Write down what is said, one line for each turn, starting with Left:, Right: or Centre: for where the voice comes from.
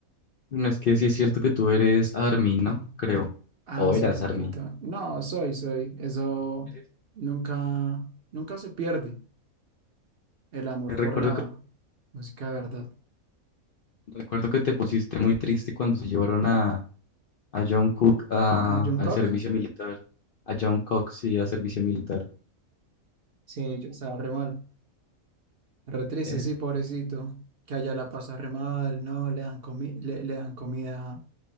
Left: Bueno, es que sí es cierto que tú eres ARMY, ¿no? Creo.
Right: Ah,
Left: O eras
Right: sí, un poquito.
Left: ARMY.
Right: No, soy, soy. Eso
Left: Eres.
Right: nunca, nunca se pierde el amor
Left: Recuerdo
Right: por la
Left: que,
Right: música de verdad.
Left: recuerdo que te pusiste muy triste cuando se llevaron a a John Cook a-
Right: Ah, Jungkook,
Left: al servicio militar, a John Cox sí, a servicio militar.
Right: sí, yo estaba re mal. Re triste,
Left: Eh,
Right: sí, pobrecito, que allá la pasa re mal, no, le dan comi- le, le dan comida